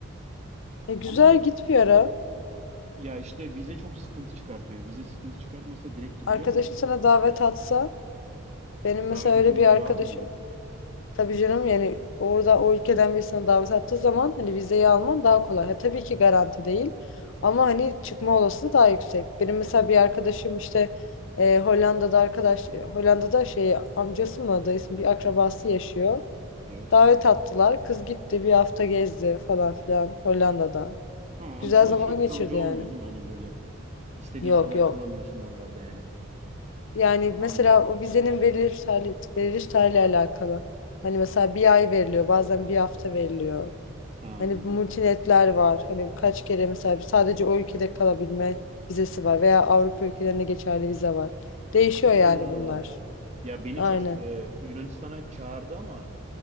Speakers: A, on the left; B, on the right.
A: E, güzel
B: Ama
A: git bir ara.
B: ya işte vize çok sıkıntı çıkartıyor. Vize sıkıntı çıkartmasa direkt gideceğim
A: Arkadaşın
B: de.
A: sana davet atsa. Benim mesela
B: Davet atınca
A: öyle bir arkadaşım
B: rahat mı oluyor?
A: Tabii canım yani orada o ülkeden birisine davet attığı zaman hani vizeyi alman daha kolay. Ha, tabii ki garanti değil ama hani çıkma olasılığı daha yüksek. Benim mesela bir arkadaşım işte e, Hollanda'da arkadaş e, Hollanda'da şey amcası mı dayısı mı, bir akrabası yaşıyor.
B: Evet.
A: Davet attılar. Kız gitti bir hafta gezdi falan filan Hollanda'da.
B: Ha,
A: Güzel
B: am- ama
A: zaman
B: şey kalıcı
A: geçirdi yani.
B: olmuyor değil mi? Hani böyle istediğin
A: Yok
B: kadar
A: yok.
B: kalamıyorsun oralarda yani.
A: Yani
B: Anladım.
A: mesela o vizenin veriliş tarihi, veriliş tarihiyle alakalı. Hani mesela bir ay veriliyor, bazen bir hafta veriliyor.
B: Ha, anladım.
A: Hani bu multinetler var. Hani kaç kere mesela sadece o ülkede kalabilme vizesi var veya Avrupa ülkelerine geçerli vize var. Değişiyor
B: Hmm.
A: yani bunlar.
B: Ya beni
A: Aynen.
B: çocuk e, Yunanistan'a çağırdı ama